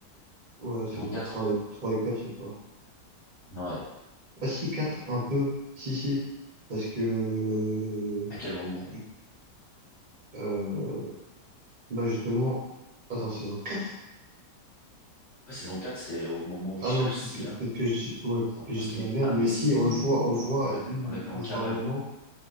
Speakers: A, on the right; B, on the left.
A: Ouais, saison
B: Saison quatre
A: trois, trois et 4 il n'y a pas.
B: ouais,
A: Ah si, 4 un peu. Si, si. Parce que... euh,
B: à quel moment?
A: ju- euh, bah justement... Attends, saison 4.
B: Ouais, saison quatre c'est au moment où
A: Ah
B: il cherche
A: non, peut-être
B: Scylla.
A: que, peut-être que je dis... Ouais, peut-être que je
B: Parce
A: dis
B: qu'il
A: de la
B: est...
A: merde.
B: Ah,
A: Mais
B: mais
A: si,
B: si,
A: on le voit, on le voit,
B: on, on l'a vu,
A: une,
B: on l'a vu
A: on
B: en
A: le
B: cavale.
A: voit un moment.